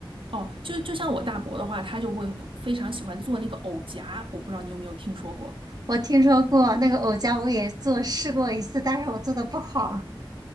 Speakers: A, on the right; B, on the right.
A: 哦，就就像我大伯的话，他就会非常喜欢做那个藕夹，我不知道你有没有听说过。
B: 我听说过那个藕夹，我也做试过一次，但是我做的不好。